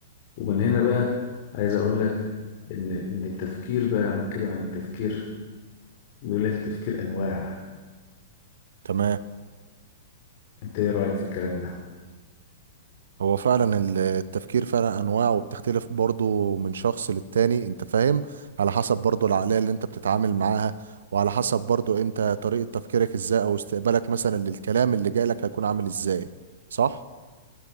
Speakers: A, on the left; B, on the right.
A: ومن هنا بقى عايز أقول لك إن إن التفكير بقى لو هنتكلم عن التفكير بيقول لك التفكير أنواع
B: تمام
A: أنت إيه رأيك في الكلام ده؟
B: هو فعلا ال- التفكير فعلا انواع وبتختلف برضه من شخص للتاني انت فاهم على حسب برضه العقليه اللي انت بتتعامل معاها وعلى حسب برضه انت طريقه تفكيرك ازاي او استقبالك مثلا للكلام اللي جايلك هيكون عامل ازاي صح